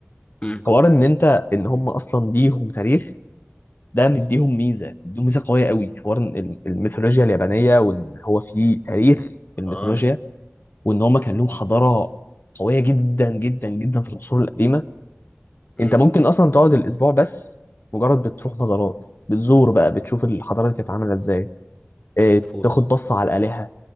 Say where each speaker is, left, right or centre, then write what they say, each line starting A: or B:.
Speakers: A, on the left; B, on the left.
A: مم.
B: حوار ان انت ان هم اصلا ليهم تاريخ ده مديهم ميزه مديهم ميزه قويه قوي حوار إن ال- الميثولوجيا اليابانيه وان هو في تاريخ في الميثولوجيا
A: آه.
B: وان هم كان لهم حضاره قويه جدا جدا جدا في العصور القديمه
A: مم.
B: انت ممكن اصلا تقعد الاسبوع بس مجرد بتروح مزارات بتزور بقى بتشوف الحضاره دي كانت عامله ازاي آه،
A: شوفوا
B: تاخد بصه على الالهه